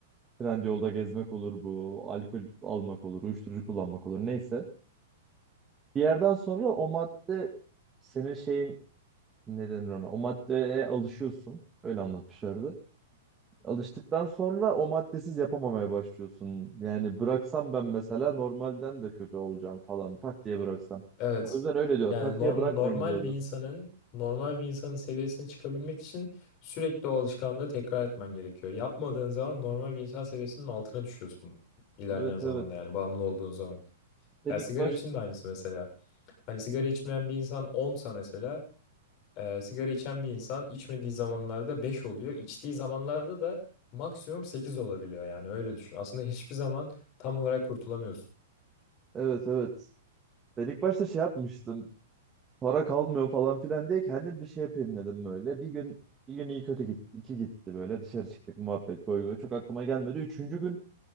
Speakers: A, on the right (about 20°); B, on the left (about 45°).
A: Trendyol'da gezmek olur bu. Alkol almak olur. Uyuşturucu kullanmak olur. Neyse. Bir yerden sonra o madde senin şeyin ne denir ona? O maddeye alışıyorsun. Öyle anlatmışlardı. Alıştıktan sonra o maddesiz yapamamaya başlıyorsun. Yani bıraksam ben mesela normalden de kötü olacağım falan tak diye bıraksam.
B: Evet.
A: O yüzden öyle diyor.
B: Yani
A: Tak
B: norm,
A: diye bırakmayın
B: normal
A: diyorlar.
B: bir insanın normal bir insanın seviyesine çıkabilmek için sürekli o alışkanlığı tekrar etmen gerekiyor. Yapmadığın zaman normal bir insan seviyesinin altına düşüyorsun ilerleyen
A: Evet
B: zamanda
A: evet.
B: yani bağımlı olduğun zaman.
A: Ben
B: Ya
A: ilk
B: sigara
A: baş
B: için de aynısı mesela. Hani sigara içmeyen bir insan 10'sa mesela e, sigara içen bir insan içmediği zamanlarda 5 oluyor. İçtiği zamanlarda da maksimum 8 olabiliyor yani öyle düşün. Aslında hiçbir zaman tam olarak kurtulamıyorsun.
A: evet evet. Ben ilk başta şey yapmıştım. para kalmıyor falan filan diye kendim bir şey yapayım dedim böyle. Bir gün bir gün iyi kötü gitti. iki gitti böyle dışarı çıktık muhabbet goy goy. Çok aklıma gelmedi. Üçüncü gün